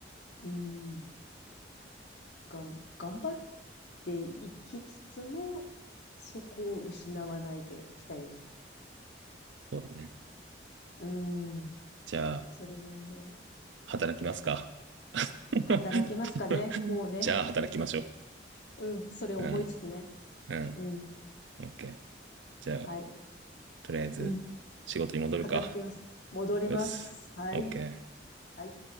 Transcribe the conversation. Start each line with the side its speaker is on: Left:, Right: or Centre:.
Left: うん。がん、頑張っていきつつも、そこを失わないでいきたいよね。
Right: そうだね。
Left: うん。
Right: じゃあ、
Left: それは思う。
Right: 働きますか。<laughs>
Left: 働きますかね。もうね。
Right: じゃあ働きましょう。
Left: うん。それを思いつつね。
Right: うん、うん、
Left: うん。
Right: オッケー。じゃあ、
Left: はい。
Right: とりあえず仕事に戻るか。
Left: うん。働きます。戻ります。
Right: うっす。
Left: はい。
Right: オッケー。
Left: はい。